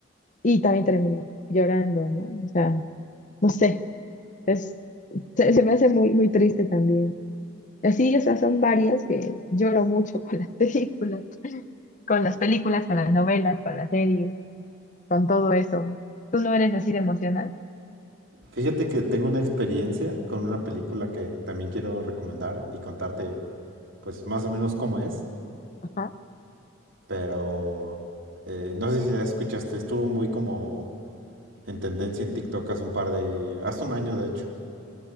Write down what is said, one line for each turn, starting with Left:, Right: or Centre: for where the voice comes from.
Left: y también terminé llorando, ¿no? O sea, no sé. Es, se, se me hace muy, muy triste también. Así, o sea, son varias que lloro mucho con las <laughs> películas, con las películas, con las novelas, con las series, con todo eso. ¿Tú no eres así de emocional?
Right: Fíjate que tengo una experiencia con una película que también quiero recomendar y contarte, pues más o menos cómo es,
Left: Ajá.
Right: pero eh, no sé si la escuchaste, estuvo muy como en tendencia en TikTok hace un par de, hace un año de hecho.